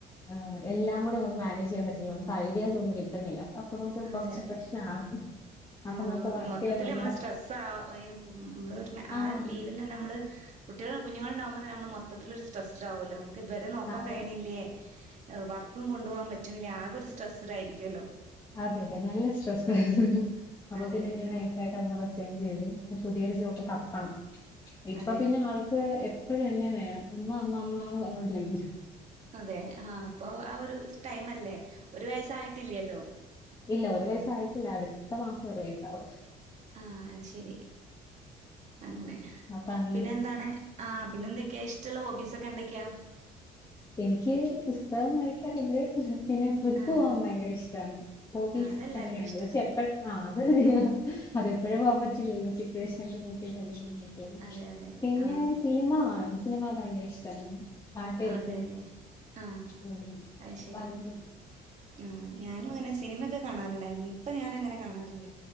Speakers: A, on the left; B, on the right.
A: ആ എല്ലാം കൂടെ അങ്ങേട്ട് മാനേജ് ചെയ്യാൻ പറ്റുള്ള നമുക്ക് ഐഡിയാസ് ഒന്നും കിട്ടുന്നില്ല നമുക്ക്
B: അതെ
A: കുറച്ച്
B: അതെ
A: പ്രശ്നാണ് അപ്പൊ
B: ആ
A: നമുക്ക് വർക്കില്
B: മൊത്തത്തില്
A: നമ്മുടെ
B: നമ്മള് സ്ട്രെസ് ആ നമ്മ ഒരു ആ
A: ആഹ്
B: ലീവൽ തന്നെ നമ്മള് കുട്ടികൾ കുഞ്ഞുണ്ടാവുമ്പൾന്ന ന മൊത്തത്തിലരു സ്ട്രസ്ട് ആവല്ലേ നമുക്ക് - ഇവരെ നോക്കാൻ
A: അതെ
B: കഴണില്ലേ വർക്കും കൊണ്ടു പോകാൻ പറ്റണില്ല ആകെ ഒരു സ്ട്രെസ്ഡ് ആയിരിക്കൂലലോ
A: അതെ അതെ നല്ല സ്ട്രെസ് അപ്പൊ
B: അതെ
A: പിന്നെ ഞാൻ
B: ആഹ്
A: നൈയസായിട്ട് ചെയ്തു പുതിയൊരു ജോബ് തപ്പണം ഇപ്പംപിന്നെ
B: അതെ
A: ആൾക്ക് എപ്പഴും എന്നെ വേണം അമ്മ അമ്മ അമ്മമാ വന്നോണ്ടിരക്കും
B: അതെ ആഹ അപ്പൊ ആ ഒരു ടൈം അല്ലേ? ഒരു വയസ്സായിട്ടില്ലല്ലോ
A: ഇല്ല ഒരു വയസായിട്ടില്ല അടുത്ത മാസം ഒരു വയസാവും
B: ആഹ് അത് ശരി അങ്ങനെ
A: അപ്പൊ അങ്ങനെ.
B: പിന്നെന്താണ്? ആഹ പിന്നെ എന്തൊക്കെയാ ഇഷ്ടമുള്ള ഹോബീസ് ഒക്കെ എന്തൊക്കെയാ
A: എനിക്ക് പുസ്തകം വായിക്കാറുണ്ട് പിന്നെ ട്രിപ്പ്
B: ആഹ്
A: പോകാൻ ഭയങ്കര ഇഷ്ടമാണ് ഹോബീസ്
B: ആഹ് അതെല്ലാർക്കും
A: അങ്ങനെയാണ്
B: ഇഷ്ടാ
A: പക്ഷെ എപ്പ ആ അത് അതെപ്പോഴും പോവാൻ പറ്റില്ലല്ലോ സിറ്റുവേഷനൊക്കെ നോക്കിട്ടല്ലേ
B: അതെ അതെ
A: പിന്നെ
B: ആഹ്
A: സിനിമ കാണും സിനിമ ഭയങ്കര ഇഷ്ടാണ് <unintelligible>
B: അതെല്ലേ ആഹ
A: ഉം
B: അത്
A: അപ്പ
B: ശരി
A: അങ്ങനെ
B: ആ ഞാനും അങ്ങനെ സിനിമൊക്കെ കാണാറുണ്ടായിരുന്നു ഇ ഇപ്പ ഞാനങ്ങനെ കാണാറില്ല